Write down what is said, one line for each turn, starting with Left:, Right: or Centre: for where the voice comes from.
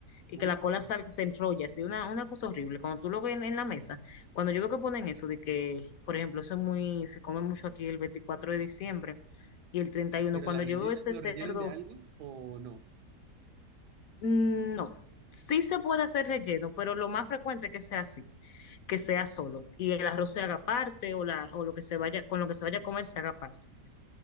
Left: Y
Right: Uy,
Left: que la cola
Right: pero,
Left: salga, se enrolla, así, una, una cosa horrible. Cuando tú lo ves en, en la mesa, cuando yo veo que ponen eso, de que, por ejemplo, eso es muy, se come mucho aquí el 24 de diciembre y el 31.
Right: pero
Left: cuando
Right: la rellenan,
Left: yo veo ese
Right: lo
Left: cerdo,
Right: rellenan de algo o no.
Left: mm, no, sí se puede hacer relleno, pero lo más frecuente es que sea así, que sea solo. Y el arroz se haga parte o, la, o lo que se vaya, con lo que se vaya a comer se haga parte.